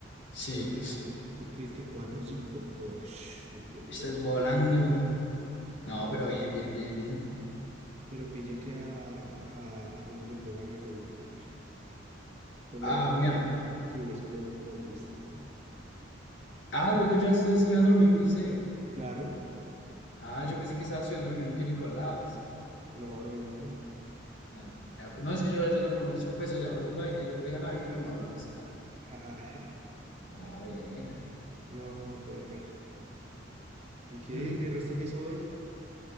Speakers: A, on the left; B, on the right.
A: Sí.
B: Perro, y saqué, que que es que cuatro, cinco, oh, <sniffs> un duro,
A: Estás volando.
B: perro.
A: No, pero bien, bien, bien, bien.
B: Pero pillé que a, a, a Juli le fue más regular, güey. Eso
A: Ah,
B: me dejó-
A: Juliana.
B: sí, eso me dejó como triste, güey.
A: Ah, luego ya estoy estudiando lo mismo que usted.
B: Claro,
A: Ah, yo pensé que estaba estudiando lo mismo que Nicolás.
B: no, no, no.
A: Ah, ya, pues, no, es que yo, yo no conozco, pues, o sea, el otro, la- el otro día la vi, pero no hablamos ni nada.
B: <laughs>
A: Ah, bien.
B: no, perro. ¿Y qué?
A: Mm,
B: ¿Y de resto qué hizo hoy?